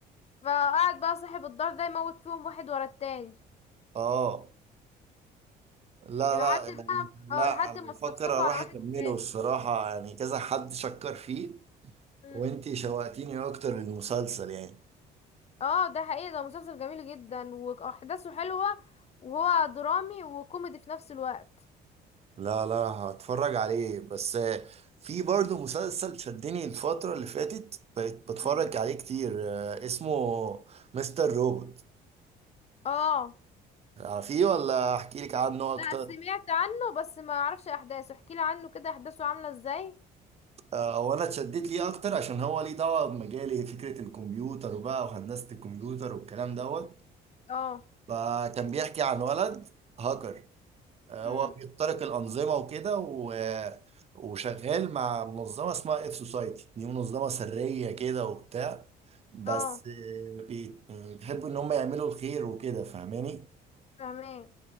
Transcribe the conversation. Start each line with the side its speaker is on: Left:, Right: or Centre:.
Left: فقعد بقى صاحب الدار ده يموت فيهم واحد ورا التاني
Right: اه لا
Left: لحد
Right: لا يعني
Left: ما
Right: لا
Left: اه لحد
Right: انا
Left: ما
Right: بفكر
Left: اتصفصفوا
Right: اروح
Left: على واحد
Right: اكمله
Left: كمان
Right: الصراحة يعني كذا حد شكر فيه
Left: مم.
Right: وانتي شوقتيني اكتر للمسلسل يعني
Left: اه ده حقيقي ده مسلسل جميل جدا واحداثه حلوة وهو درامي وكوميدي في نفس الوقت
Right: لا لا هتفرج عليه بس آه، في برضه مسلسل شدني الفترة اللي فاتت بقيت بتفرج
Left: مم.
Right: عليه كتير آه، اسمه مستر روبوت
Left: اه
Right: عارفيه ولا احكي لك عنه اكتر
Left: لا سمعت عنه بس ما اعرفش احداثه احكي لي عنه كده احداثه عامله ازاي
Right: آه، او انا اتشدت ليه اكتر عشان هو ليه دعوة بمجالي فكرة الكمبيوتر بقى وهندسة الكمبيوتر والكلام دوت
Left: اه
Right: فكان بيحكي عن ولد هاكر آه،
Left: امم
Right: هو بيخترق الأنظمة وكده و... وشغال مع منظمة اسمها اف سوسايتي دي منظمة سرية كده وبتاع بس
Left: اه
Right: بي... بيحبوا إن هم يعملوا الخير وكده فاهماني
Left: فاهمين